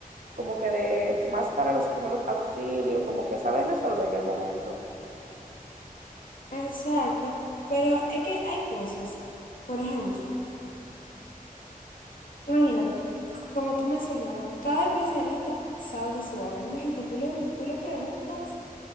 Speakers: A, on the right; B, on the left.
A: como que de más para los primeros auxilios, como que saber resolver en el momento.
B: Exacto, pero es que hay cosas. Por ejemplo, imagínate, como tú mencionabas, cada especialista sabe de su área. Un ejemplo, tú le, tú le preguntas